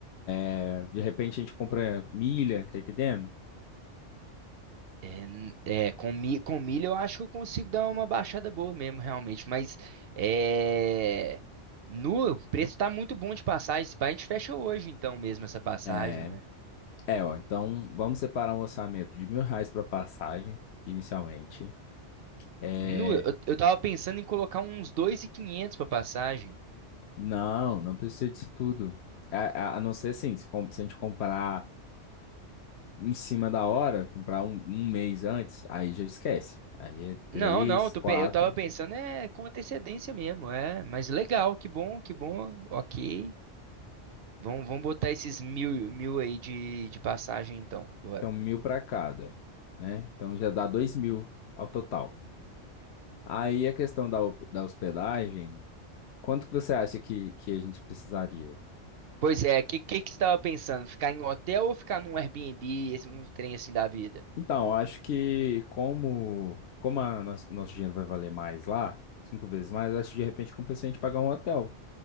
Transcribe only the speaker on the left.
É, De repente a gente compra milha, tá entendendo?
É,
é, ó, então vamos separar um orçamento de mil reais para passagem, inicialmente. É,
não, não precisa disso tudo. A, a, a não ser assim, se, com- se a gente comprar em cima da hora, comprar um, um mês antes, aí já esquece. Aí é três,
quatro,
então mil para cada, né? Então já dá dois mil ao total. Aí a questão da, ho- da hospedagem, quanto que você acha que, que a gente precisaria?
Então, eu acho que como, como a nosso, nosso dinheiro vai valer mais lá, cinco vezes mais, eu acho que de repente compensa a gente pagar um hotel.